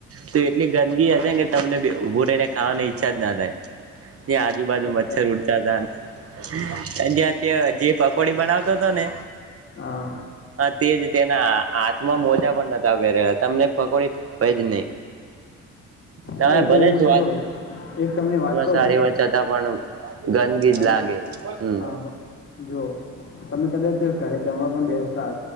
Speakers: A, on the right; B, on the left.
A: તો એટલી ગંદકી હશે તમને ઉઊભું રહીને ખાવાની ઈચ્છા જ ના થાય ત્યા આજુબાજુ
B: છતાંય
A: મચ્છર ઉડતા હતા ત્યાં યા જે પકોડી બનાવતો હતો ને
B: હા
A: હ તે જ તેના હાથમાં મોજા પણ નતા પહેરેલા તમને પકોડી ભાવે જ નહી તમે
B: હા તો
A: ભલે
B: એક
A: સ્વાદ
B: જો એક તમને વાત કવ
A: સારી વાતાં પણ <unintelligible> ગંદગી
B: મારી
A: જ લાગે હમ
B: હા જો તમે કદાચ ઘરે જમવા પણ બેસો